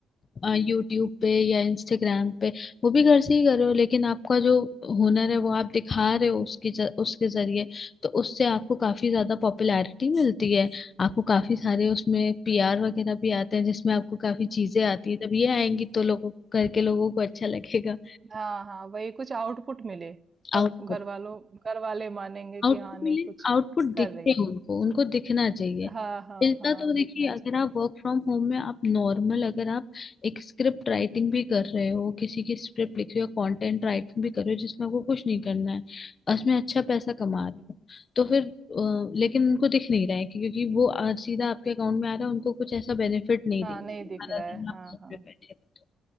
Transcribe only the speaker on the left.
यूट्यूब पे या इंस्टाग्राम पे वो भी घर से ही कर रहे हो लेकिन आपका जो हुनर है वो आप दिखा रहे हो उसकी ज- उसके जरिए तो उससे आपको काफी ज्यादा पॉपुलैरिटी मिलती है आपको काफी सारे उसमें पीआर वगैरह भी आते हैं जिसमें आपको काफी चीजें आती है जब ये आएंगी तो लोगों करके लोगों को अच्छा लगेगा
आउट
आउटपुट
मिले
आउटपुट
दिखते
हैं उनको उनको दिखना चाहिए
मिलता
तो देखिए
अगर आप वर्क फ्रॉम होम में आप नॉर्मल अगर आप एक स्क्रिप्ट राइटिंग भी कर रहे हो किसी की स्क्रिप्ट लिख रहे हो कंटेंट राइटिंग भी कर रहे हो जिसमें आपको कुछ नहीं करना है और उसमें अच्छा पैसा कमा रहे हो तो फिर अ, लेकिन उनको दिख नहीं रहा है कि- क्योंकि वो आ- सीधा आपके अकाउंट में आ रहा है उनको कुछ ऐसा बेनिफिट नहीं
दिख
रहा
सारा
दिन आप
घर
पे बैठे रहते हो